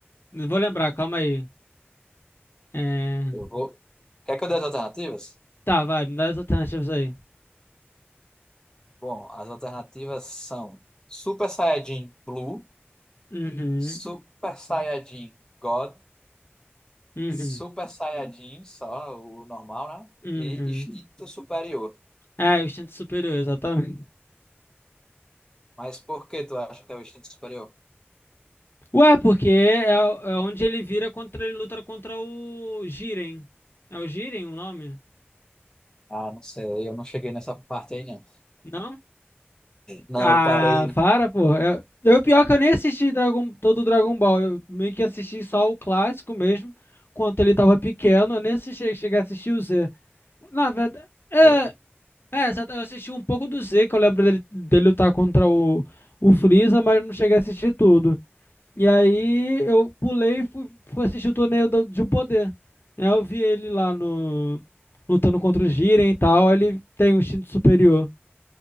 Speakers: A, on the left (about 60°); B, on the left (about 15°).
A: Vou lembrar, calma aí. É,
B: Eu vou. Quer que eu dê as alternativas?
A: tá, vai, me dá as alternativas aí.
B: Bom, as alternativas são Super Saiyajin Blue,
A: Uhum,
B: Super Saiyajin God,
A: uhum,
B: Super Saiyajin, só o normal, né?
A: uhum.
B: E Instinto Superior.
A: É, o instinto superior, exatamente.
B: Mas por que tu acha que é o Instinto Superior?
A: Ué, porque é, é onde ele vira contra, ele luta contra o Jiren. É o Jiren o nome?
B: Ah, não sei, eu não cheguei nessa parte aí, não.
A: Não?
B: Não,
A: Ah,
B: eu parei.
A: para, pô. Eu, eu pior que eu nem assisti Dragon, todo o Dragon Ball. Eu meio que assisti só o clássico mesmo, quando ele tava pequeno. Eu nem assisti, cheguei a assistir o Z. Na verdade, é,
B: eu-
A: é, só- eu assisti um pouco do Z, que eu lembro dele, dele lutar contra o, o Freeza, mas não cheguei a assistir tudo. E aí eu pulei e fui, fui assistir o torneio do, de poder. Aí eu vi ele lá no lutando contra o Jiren e tal. Ele tem um instinto superior.